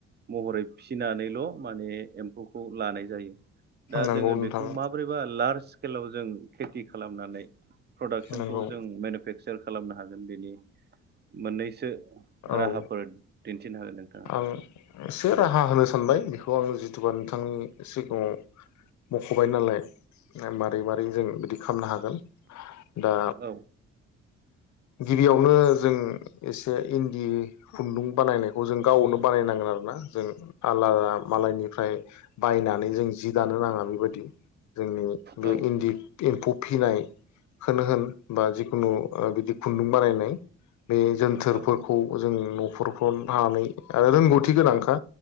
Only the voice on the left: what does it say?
नंगौ
नोंथां
नंगौ
औ
आं एसे राहा होनो सानबाय बेखौ आं जिथुुबा नोंथांनि सिगाङाव। मखबाय नालाय मारै मारै जों बिदि खामनो हागोन दा
गिबियावनो जों एसे इन्दि खुन्दुं बानाय जों गावनो बानायनांगोन आरो ना जों आलादा मालायनिफ्राय बायनानै जों जि दानो नाङा बेबायदि जोंनि बे
इन्दि एम्फौ फिनाय खोनो होन बा जिखुनु बिदि खुन्दुं बानायनाय बे जोनथोरफोरखौ
जों नफोरफ्राव मानै आरो रोंगौथि गोनांखा